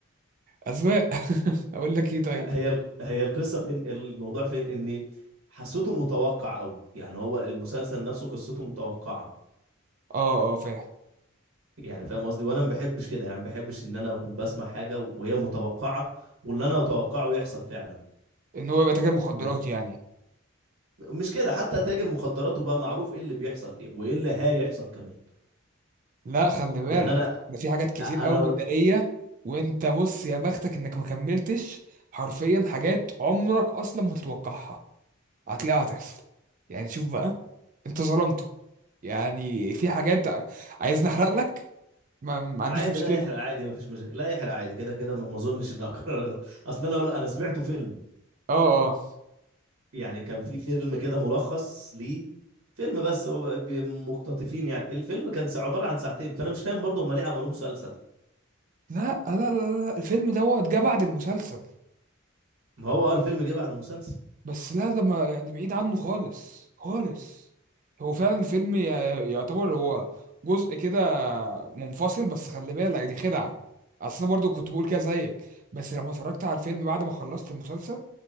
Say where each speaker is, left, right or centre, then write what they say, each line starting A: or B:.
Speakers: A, on the right; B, on the right.
A: اذواق <laughs> اقول لك ايه طيب
B: هي الق- هي القصه فين الموضوع فين ان حسيته متوقع قوي يعني هو المسلسل نفسه قصته متوقعه
A: اه اه فاهم
B: يعني فاهم قصدي وانا ما بحبش كده يعني ما بحبش ان انا اكون بسمع حاجه وهي متوقعه واللي انا اتوقعه يحصل فعلا
A: ان هو يبقى تاجر مخدرات
B: ب-
A: يعني
B: مش كده حتى تاجر مخدراته بقى معروف ايه اللي بيحصل وايه اللي هيحصل كمان
A: لا خلي بالك
B: يعني انا
A: ده في حاجات كتير
B: انا
A: قوي متداريه
B: أقول-
A: وانت بص يا بختك انك ما كملتش حرفيا حاجات عمرك اصلا ما تتوقعها هتلاقيها هتحصل يعني شوف بقى انت ظلمته يعني في حاجات عايزني احرق لك ما, ما عنديش
B: عادي
A: مشكلة
B: لا يحرق عادي ما فيش مشاكل لا يحرق عادي كده كده ما ما اظنش ان اقرر اصل انا أقول- انا سمعته فيلم
A: اه اه
B: يعني كان في فيلم كده ملخص ليه فيلم بس هو بي- مقتطفين يعني الفيلم كان ساعة- عبارة عن ساعتين فأنا مش فاهم برضه هم ليه عملوه مسلسل
A: لا لا لا لا لا، الفيلم دوت جه بعد المسلسل
B: ما هو اه الفيلم جه بعد المسلسل
A: بس لا ده ما يعني بعيد عنه خالص خالص هو فعلا الفيلم ي- يعتبر هو جزء كده منفصل بس خلي بالك دي خدعة اصل انا برضو كنت بقول كده زيك بس لما اتفرجت على الفيلم بعد ما خلصت المسلسل